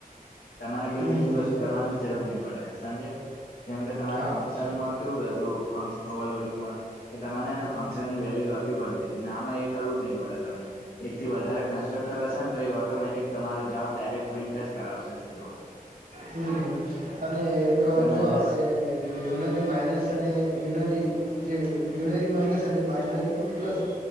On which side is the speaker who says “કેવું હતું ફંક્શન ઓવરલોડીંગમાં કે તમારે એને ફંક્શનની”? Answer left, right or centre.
Left